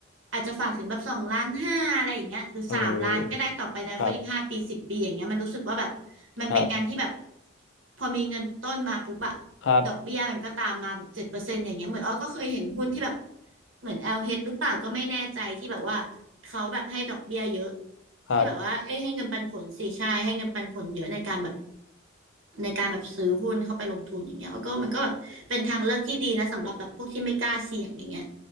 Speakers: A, on the right (about 80°); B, on the left (about 75°).
A: อาจจะฝากถึงแบบสองล้านห้าอะไรอย่างเงี้ยหรือสามล้านก็ได้ต่อไปในคนอีกห้าปีสิบปีอย่างเงี้ยมันรู้สึกว่าแบบ
B: เออครับ
A: มันเป็นการที่แบบ
B: ครับ
A: พอมีเงินต้นมาปุ๊บอะ
B: ครับ
A: ดอกเบี้ยมันก็ตามมาแบบเจ็ดเปอร์เซ็นต์อย่างเงี้ยเหมือนอ้อก็เคยเห็นหุ้นที่แบบเหมือน LH หรือเปล่าก็ไม่แน่ใจที่แบบว่าเขาแบบให้ดอกเบี้ยเยอะ
B: ครับ
A: ที่แบบว่าเอ้ยให้เงินปันผลสี่ใช่ให้เงินปันผลเยอะในการแบบในการแบบซื้อหุ้นเข้าไปลงทุนอย่างเงี้ยอ้อก็มันก็แบบเป็นทางเลือกที่ดีนะสำหรับแบบพวกที่ไม่กล้าเสี่ยงอย่างเงี้ย